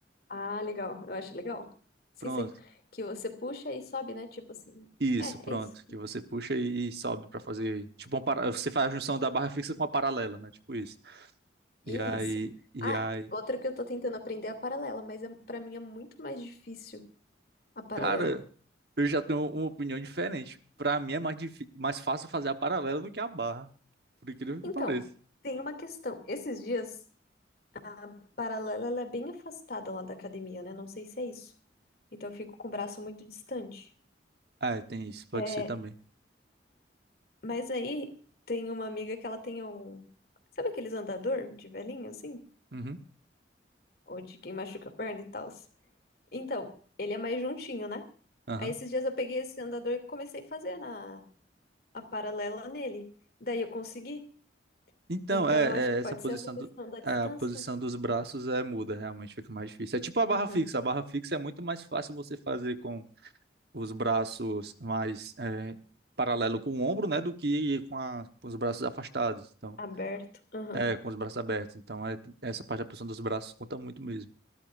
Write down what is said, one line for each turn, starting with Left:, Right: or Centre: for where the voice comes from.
Left: Ah, legal. Eu acho legal. Sim,
Right: Pronto.
Left: sim. Que você puxa e sobe, né? Tipo assim.
Right: Isso,
Left: É,
Right: pronto.
Left: é isso.
Right: Que você puxa e, e sobe para fazer, tipo, um para... você faz a junção da barra fixa com a paralela, né? Tipo isso.
Left: Isso.
Right: E aí, e
Left: Ah,
Right: aí,
Left: outra que eu tô tentando aprender é a paralela, mas é, para mim é muito mais difícil a paralela.
Right: cara, eu já tenho uma opinião diferente. Para mim é mais, difí- mais fácil fazer a paralela do que a barra. Por incrível que
Left: Então,
Right: pareça.
Left: tem uma questão. Esses dias, a paralela ela é bem afastada lá da academia, né? Não sei se é isso. Então eu fico com o braço muito distante.
Right: Ah, é, tem isso, pode
Left: É,
Right: ser também.
Left: mas aí tem uma amiga que ela tem um. Sabe aqueles andador de velhinho, assim?
Right: Uhum.
Left: ou de quem machuca a perna e tal. Então, ele é mais juntinho, né?
Right: Aham.
Left: Aí esses dias eu peguei esse andador e comecei a fazer na, a paralela nele. Daí eu consegui.
Right: Então,
Left: Então
Right: é,
Left: eu acho que
Right: é,
Left: pode
Right: essa posição
Left: ser essa questão
Right: do,
Left: da distância.
Right: é, a posição dos braços é muda, realmente fica mais difícil. É tipo a barra
Left: Aham.
Right: fixa. A barra fixa é muito mais fácil você fazer com os braços mais é, paralelo com o ombro, né, do que com, a- com os braços afastados. Então,
Left: Aberto. Aham.
Right: é, com os braços abertos. Então, é, essa parte da posição dos braços conta muito mesmo.